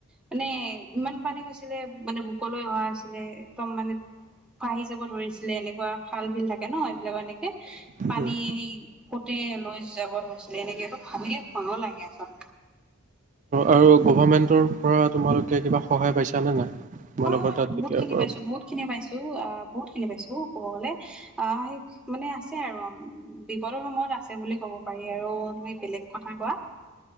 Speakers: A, in the centre; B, on the right (about 35°).
A: মানে ইমান পানী হৈছিলে মানে বুকলৈ অহা হৈছিলে৷একদম মানে পাহি যাব ধৰিছিলে, এনেকুৱা খাল বিল থাকে ন? এইবিলাকৰ এনেকে
B: উম
A: পানী
B: উম
A: কতে লৈ যাব ধৰিছিলে৷এনেকেটো ভাবিলে ভয়ো লাগে আ অ
B: আৰু গভমেণ্টৰ পৰা তোমালোকে কিবা সহায় পাইছা নে নাই? তোমালোকৰ
A: হয় হয়
B: তাত যেতিয়াৰ
A: বহুত খিনি
B: পৰা
A: পাইছো বহুত খিনি পাইছো, অ বহুত খিনি পাইছো ক'ব গ'লে, আ হেই মানে আছে আৰু বিপদৰ সময়ত আছে বুলি ক'ব পাৰি আৰু তুমি বেলেগ কথা কোৱা৷